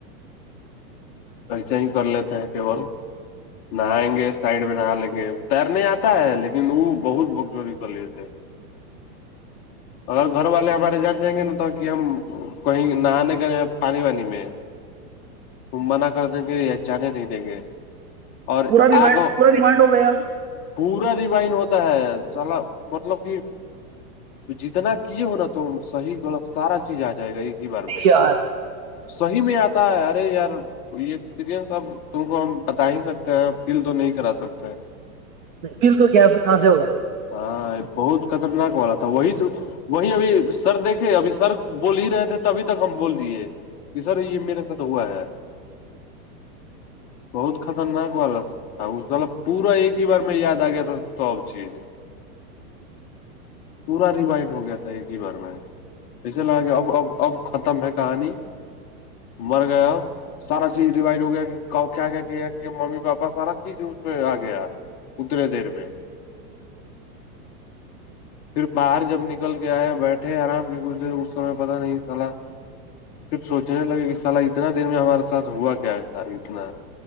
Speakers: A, on the left; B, on the right.
A: ایسے ہی کر لیتے ہیں کیول نہائیں گے سائڈ میں نہا لیں گے تیر نہیں آتا ہے لیکن وہ بہت بک جووری کر لیتے اگر گھر والے ہمارے جان جائیں گے نا ت کہ ہم کہیں نہانے گئےے ہیں پانی وانی میں ک منا کر دیں گے یا جانے نہیں دیں گے اور
B: پورا ریمائنڈ
A: آگو
B: پورا ریمائنڈ ہو گیا نہیں
A: پورا ریوائن ہوتا ہے سال مطلب کہ جتنا کیے ہوناا تم صحیح غلط سارا چیز آ جائے گا یہ بار میں
B: یار
A: صحیح میں آتا رے یار تو یہ ایکسپیرئنس اب تم کو ہم بتا ہی سکتے ہیں فیل تو نہیں کرا سکتے ہیں
B: نہیں بالکل کیاپ سے کہاں سے ہوگا
A: ہاں بہت خطرناک والا تھا وہی تو وہی ابھی سر دیکھے ابھی سر بول ہی رہے تھے تبھی تک ہم بول دیے کہ سر یہ میرے ساتھ ہوا ہے بہت خطرناک والا تھا مب پورا ایک ہی بار میں یاد آ گیا تھا سب چیز پورا ریوائن ہو گیا تھا ایک ہی بار میں ایسے لگا کہ اب اب اب ختم ہے کہانی مر گیا سارا چیز ریوائو ہو گیا کہ کیا کیا کیا کہ ممی پاپا سارا چیز اس میں آ گیا اتنے دیر میں پھر باہر جب نکل کے آئے بیٹھے آرام کے کھ اس سمے پتا نہیں سال پھر سوچنے لگے کہ سال اتنا دیر میں ہمارا س ہوا کیا تھا اتنا